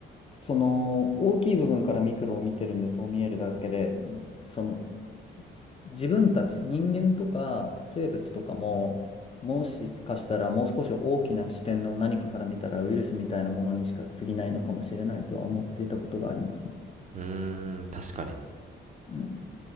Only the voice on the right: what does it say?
うーん、確かに。